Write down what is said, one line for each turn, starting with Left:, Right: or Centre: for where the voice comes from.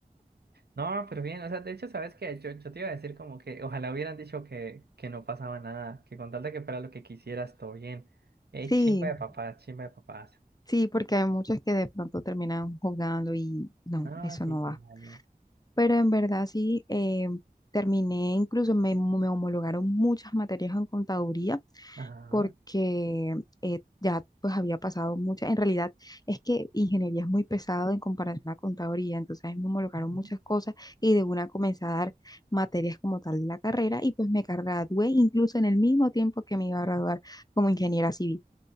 Right: No, pero bien, o sea, de hecho, ¿sabes qué? Yo, yo te iba a decir como que ojalá hubieran dicho que, que no pasaba nada, que con tal de que fuera lo que quisieras, todo bien. Ey,
Left: Sí,
Right: chimba de papás, chimba de papás.
Left: sí, porque hay muchos que de pronto terminan jugando y no,
Right: No,
Left: eso
Right: sí,
Left: no va.
Right: sí, dale.
Left: Pero en verdad sí, eh, terminé, incluso me, me homologaron muchas materias en contaduría
Right: Ajá.
Left: porque eh, ya pues había pasado muchas, en realidad es que ingeniería es muy pesado en comparación a contaduría, entonces ahí me homologaron
Right: Ujú.
Left: muchas cosas y de una comencé a dar materias como tal de la carrera y pues me gradué incluso en el mismo tiempo que me iba a graduar como ingeniera civil.